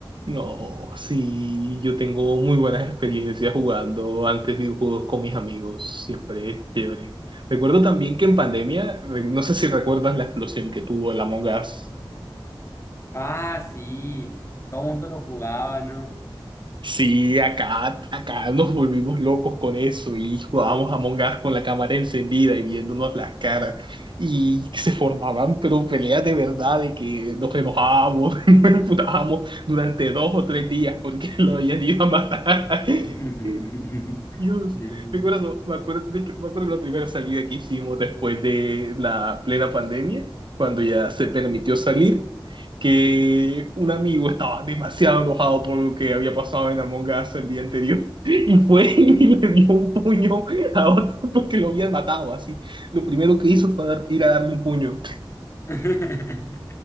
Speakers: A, on the right; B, on the left.
A: No, sí, yo tengo muy buenas experiencias jugando antes videojuegos con mis amigos, siempre es chévere. Recuerdo también que en pandemia, re- no sé si recuerdas la explosión que tuvo el Among Us.
B: Ah, sí, todo el mundo lo jugaba, ¿no?
A: Sí, acá, acá nos volvimos locos con eso y jugábamos Among Us con la cámara encendida y viéndonos las caras y se formaban pero peleas de verdad de que nos enojábamos, <laughs> nos emputábamos durante dos o tres días porque <laughs> lo habían ido a matar. <laughs>
B: <laughs>
A: Dios,
B: Sí.
A: me acuerdo, me acuerdo, de hecho, me acuerdo la primera salida que hicimos después de la plena pandemia, cuando ya se permitió salir, que un amigo estaba demasiado enojado por lo que había pasado en Among Us el día anterior y fue <laughs> y le dio un puño a otro porque lo habían matado, así. Lo primero que hizo fue dar- ir a darle un puño.
B: <laughs>